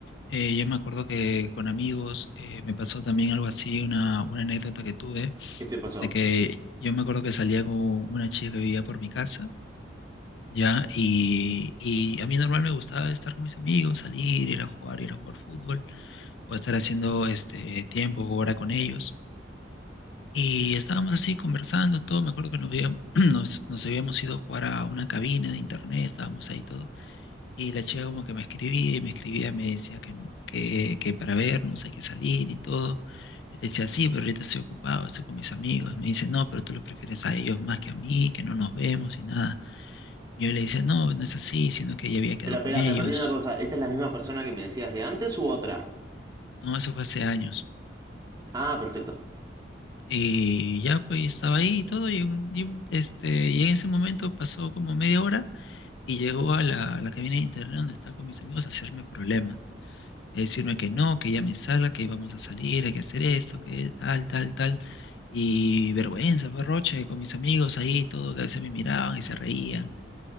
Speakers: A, on the left; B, on the right.
A: eh, yo me acuerdo que con amigos eh, me pasó también algo así, una, una anécdota que tuve,
B: ¿Qué te pasó?
A: de que yo me acuerdo que salía con una chica que vivía por mi casa, ¿ya? Y, y a mí normal me gustaba estar con mis amigos, salir, ir a jugar, ir a jugar fútbol, o estar haciendo este tiempo o hora con ellos. Y estábamos así conversando, todo, me acuerdo que nos, había- <clears throat> nos, nos habíamos ido a jugar a una cabina de internet, estábamos ahí todo. Y la chica como que me escribía y me escribía, me decía que, que, que para vernos hay que salir y todo. Y le decía, sí, pero ahorita estoy ocupado, estoy con mis amigos. Me dice, no, pero tú los prefieres a ellos más que a mí, que no nos vemos y nada. Y yo le decía, no, no es así, sino que ya había quedado
B: Espera, espera,
A: con ellos.
B: me perdí una cosa. ¿Esta es la misma persona que me decías de antes u otra?
A: No, eso fue hace años.
B: Ah, perfecto.
A: Y ya pues estaba ahí y todo, y, un- y un- este, y en ese momento pasó como media hora y llegó a la, a la cabina de internet donde estaba con mis amigos a hacerme problemas. eh, decirme que no, que ya me salga, que vamos a salir, hay que hacer esto, que tal, tal, tal. Y vergüenza, berroche, con mis amigos ahí, todo, que a veces me miraban y se reían.